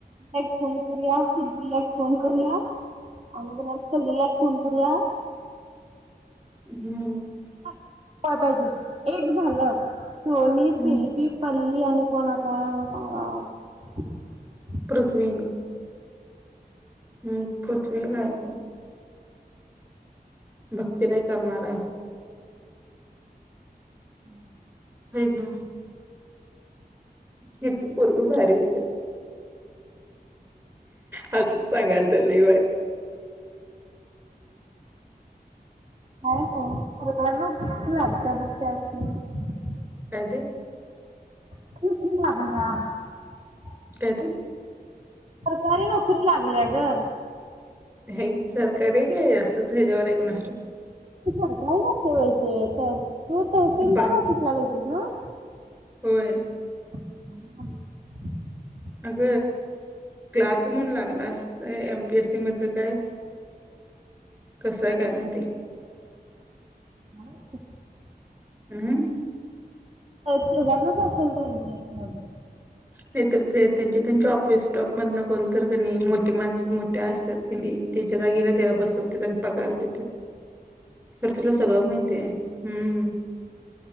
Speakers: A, on the right; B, on the right.
A: एक फोन करूया. कीर्ती ला एक फोन -- करूया आणि पल्ली ला एक फोन करूया.
B: हम्म.
A: काय पाहिजे? एक झालं सोनी,
B: हम्म
A: शिल्पी, प पल्ली आणि कोण आता सांगा. <unintelligible>
B: पृथ्वी. <unintelligible> हम्म. पृथ्वी नाई काय? भक्तीला एक करणार आहे.
A: <unintelligible>
B: व्हय ग. किती पोरग भारी होत, असंच सांगालत लै वाईट.
A: <unintelligible>
B: <unintelligible> <inaudible>
A: <unintelligible>
B: काय ते.
A: सरकारी नोकरी लागल्या ग.
B: हाई सरकारी काय जास्त हेज्यावरच हाय कोणास ठाऊक.
A: तो सरकारी जातोय वैशे त तू तहसीलदार
B: ठाऊक बा
A: ऑफीसला गेलातीस. हं <unintelligible> <inaudible>
B: होय.
A: <unintelligible>
B: अग क्लारक म्हणून लागला अस एम पी एस सी मधन काय कस हाय काय माहिती.
A: <unintelligible>
B: हम्म.
A: <unintelligible> त्यातलच असल <unintelligible>
B: नाही तर ते त्यांच्या त्यांच्या ऑफिस स्टॉप मधन कोण तर कणी मोठीे माणसं मोठ्या असतात कनी त्याच्या जागेला त्याला बसवतात आणि पगार देत्यात, खर तेला सगळं माहिती हाय. हम्म